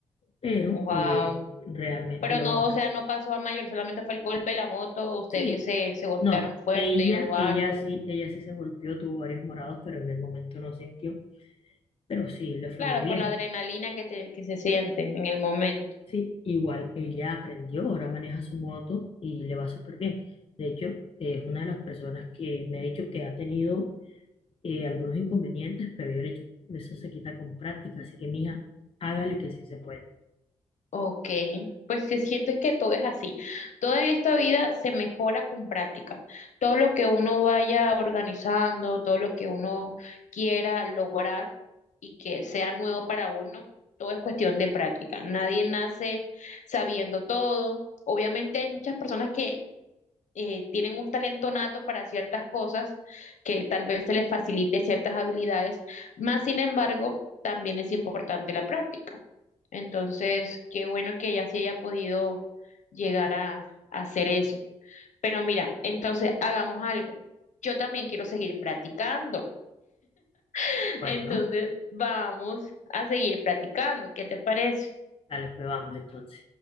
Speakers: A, on the left; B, on the left.
A: pero
B: Wow.
A: eh, realmente
B: Pero
A: luego,
B: no,
A: o
B: o
A: sea,
B: sea, no pasó a mayor, solamente fue el golpe de la moto, ustedes
A: sí,
B: se, se golpearon
A: no,
B: fuerte
A: ella,
B: o algo.
A: ella sí, ella sí se golpeó, tuvo varios morados, pero en el momento no sintió, pero sí le fue
B: Claro,
A: muy bien.
B: por la adrenalina que te, que se siente en el momento.
A: Sí, igual ella aprendió, ahora maneja su moto y le va súper bien. De hecho, es una de las personas que me ha dicho que ha tenido eh, algunos inconvenientes, pero yo le he dicho, eso se quita con práctica, así que mija, hágale que sí se puede.
B: Ok, pues sí, siento es que todo es así. Todo en esta vida se mejora con práctica. Todo lo que uno vaya organizando, todo lo que uno quiera lograr y que sea nuevo para uno, todo es cuestión de práctica. Nadie nace sabiendo todo. Obviamente hay muchas personas que eh, tienen un talento nato para ciertas cosas que tal vez se les facilite ciertas habilidades, más sin embargo, también es importante la práctica. Entonces, qué bueno que ella sí haya podido llegar a, a hacer eso. Pero mira, entonces hagamos algo. Yo también quiero seguir practicando. <laughs>
A: Bueno,
B: Entonces, vamos a seguir practicando. ¿Qué te parece?
A: dale, pues vamos entonces.